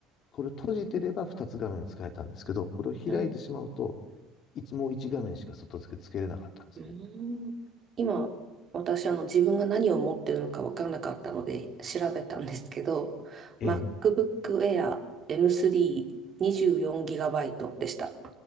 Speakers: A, on the left; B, on the right.
A: これを閉じてれば2つ画面使えたんですけど、これを開いてしまうと、
B: うん。
A: 一もう1画面しか外付けつけれなかったんですね。
B: うーん今、私、あの、自分が何を持ってるのか分からなかったので調べたんですけど、
A: ええ。
B: MacBook Air M3 2 4イトでした。